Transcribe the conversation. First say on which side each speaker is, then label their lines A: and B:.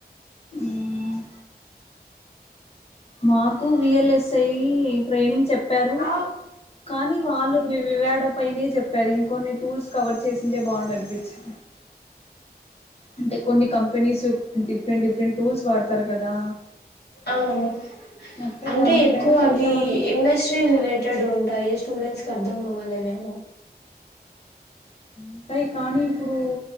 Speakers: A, on the left; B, on the left.
A: ఉమ్ మాకు వీఎల్ఎ సై ట్రైనింగ్ చెప్పారు
B: ఆ
A: కానీ, వాళ్ళు వివాడో పైనే చె ప్పారు ఇంకొన్ని టూల్స్ కవర్ చేసింటే బావుండు అనిపించి అంటే కొన్ని కంపెనీస్ డిఫరెంట్ డిఫరెంట్ టూల్స్ వాడతారు కదా.
B: ఆవున్
A: అట్లే
B: అంటే
A: దానిపైన
B: ఎక్కువ
A: కొంచెమన్నా
B: అవి ఇండస్ట్రీ రిలేటెడ్ ఉంటాయి. స్టూడెంట్స్ కి అర్థం అవ్వాలనేమో
A: ఉంటాయి కానీ ఇప్పుడు